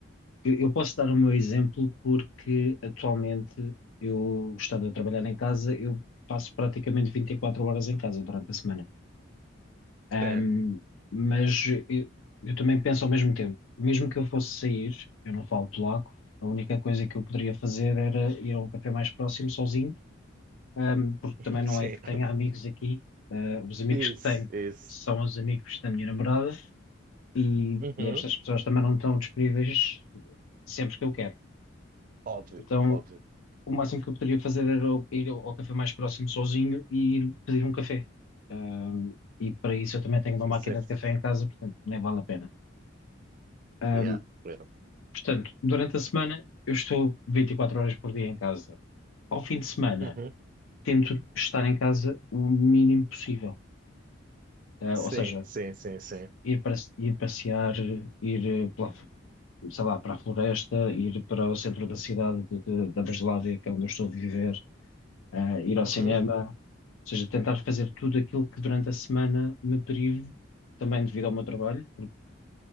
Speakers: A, on the left; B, on the right.
A: Eu, eu posso dar o meu exemplo porque atualmente eu, estando a trabalhar em casa, eu passo praticamente 24 horas em casa durante a semana. Ahm,
B: Sim,
A: mas eu, eu também penso ao mesmo tempo, mesmo que eu fosse sair, eu não falo polaco, a única coisa que eu poderia fazer era ir a um café mais próximo sozinho, ahm, porque
B: <laughs>
A: também não
B: sim.
A: é que tenha amigos aqui. Ah, os amigos
B: Isso,
A: que tenho
B: isso.
A: são os amigos da minha namorada e,
B: Uhum.
A: e estas pessoas também não estão disponíveis sempre que eu quero.
B: Óbvio,
A: Então,
B: óbvio.
A: o máximo que eu poderia fazer era ir ao café mais próximo sozinho e ir pedir um café. Ahm, e para isso eu também tenho uma
B: <laughs>
A: máquina
B: Sim.
A: de café em casa, portanto nem vale a pena. Ahm,
B: Yeah. yeah.
A: portanto, durante a semana eu estou 24 horas por dia em casa. Ao fim de semana
B: Uhum.
A: tento estar em casa o mínimo possível. Ah,
B: Sim,
A: ou seja,
B: sim, sim, sim.
A: ir, para, ir passear, ir eh, pela, f- sei lá, para a floresta, ir para o centro da cidade de- de- da Breslávia, que é onde eu estou a viver, ah, ir ao
B: Uhum,
A: cinema, ou seja, tentar fazer tudo aquilo que durante a semana me prive, também devido ao meu trabalho, porque